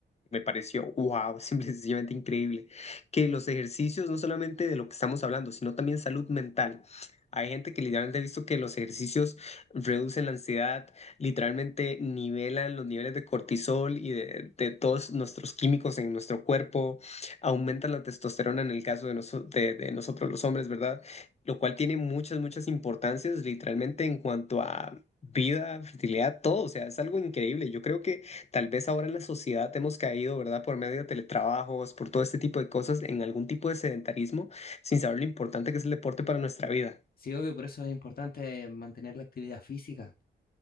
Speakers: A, on the left (about 35°); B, on the left (about 50°).
A: me pareció, wow, <laughs> simplemente increíble, que los ejercicios, no solamente de lo que estamos hablando, sino también salud mental. Hay gente que literalmente ha visto que los ejercicios reducen la ansiedad, literalmente nivelan los niveles de cortisol y de, de todos nuestros químicos en nuestro cuerpo, aumentan la testosterona en el caso de, noso- de de nosotros los hombres, ¿verdad? Lo cual tiene muchas, muchas importancias literalmente en cuanto a Vida, fertilidad, todo, o sea, es algo increíble. Yo creo que tal vez ahora en la sociedad hemos caído, ¿verdad? Por medio de teletrabajos, por todo este tipo de cosas, en algún tipo de sedentarismo, sin saber lo importante que es el deporte para nuestra vida.
B: sí, obvio, por eso es importante mantener la actividad física.